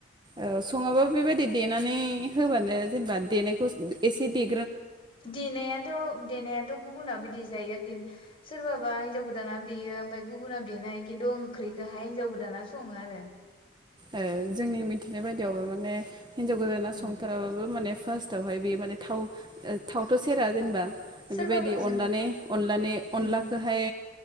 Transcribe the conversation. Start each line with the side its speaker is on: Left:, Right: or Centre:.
Right: औ सङाबा बेबायदि देनानै होबानो जेनबा देनायखौ एसे दे
Left: देनायाथ' देनायाथ' गुबुनाबो देजायो आरोखि सोरबाबा हिनजाव गोदाना देयो ओमफाय गुबुना देनाय खिन्थु ओंख्रिखौहाय हिन्जाव गोदाना सङो आरो
Right: ओ जोंनि मिथिनाय बायदियावबो माने हिन्जाव गोदाना
Left: उम
Right: संथाराबाबो माने थावहाय बे माने थाव ओ थावथ' सेरा जेनबा
Left: सोरबाबा
Right: बेबायदि
Left: ओं
Right: अनलानै अनलानै
Left: उम
Right: अनलाखोहाय